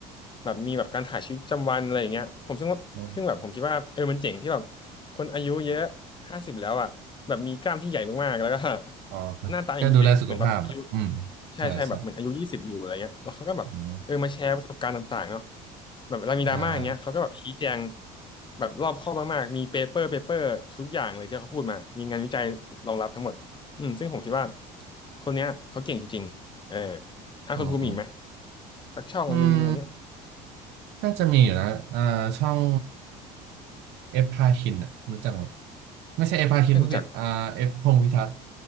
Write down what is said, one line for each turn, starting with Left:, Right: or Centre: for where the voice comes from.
Left: แบบมีแบบการถ่ายชีวิตประจำวันอะไรอย่างเงี้ยผมซึ่งว่าซึ่งแบบผมคิดว่าเออมันเจ๋งที่แบบ
Right: อืม
Left: คนอายุเยอะห้าสิบแล้วอ่ะแบบมีกล้ามที่ใหญ่มากๆแล้วก็ <laughs>
Right: อ๋อครับ
Left: หน้าตายังดูเด็กอะเหมือนแบบอายุ
Right: ก็ดูแลสุขภาพอ่ะอืม
Left: ใช่ใช่แบบเหมือนอายุยี่สิบอยู่อะไรเงี้ยแล้วเขาก็แบบเออมาแชร์ประสบการณ์ต่างๆเนาะ
Right: ใช่ ใช่อืม
Left: แบบเวลามีดราม่าอย่างเงี้ยเขาก็แบบชี้แจง
Right: อ่า
Left: แบบรอบคอบมากๆมีเปเปอร์เปเปอร์ทุกอย่างเลยที่เขาพูดมามีงานวิจัยรองรับทั้งหมดอืมซึ่งผมคิดว่าคนเนี้ยเขาเก่งจริงๆเออถ้าคนภูมิอีกไหม
Right: อืมอืม
Left: สักช่องนึงอะไรเงี้ย
Right: อืม น่าจะมีอยู่นะอ่าช่องเอฟพาคินอ่ะรู้จักไหมไม่ใช่เอฟพาคินผู้ผิดอ่าเอฟพงษ์พิทักษ์
Left: ไม่รู้จัก